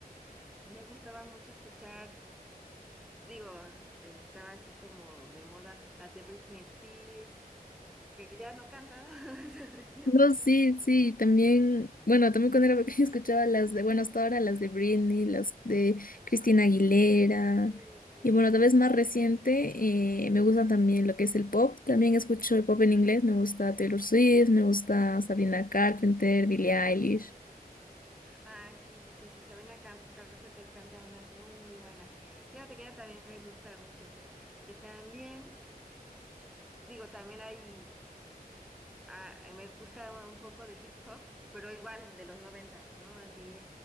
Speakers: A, in the centre; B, on the left.
A: me gustaba mucho escuchar, digo, eh, estaba así como de moda, las de Britney Spears, que ya no canta <laughs> hace tiempo.
B: No, sí, sí, también, bueno, también cuando era pequeña <laughs> escuchaba las de, bueno, hasta ahora las de Britney, las de Cristina Aguilera,
A: Y
B: y bueno, tal vez más reciente, eh, me gusta también lo que es el pop, también escucho el pop en inglés, me gusta Taylor Swift, me gusta Sabrina Carpenter, Billie Eilish.
A: Ay, sí, sí, sí, sí, Sabrina Cam- Carpenter canta unas muy, muy buenas. Fíjate que ella también me gusta mucho. Y también, digo, también hay, ah, me gusta un poco de hip hop, pero igual de los noventas, ¿no? Así,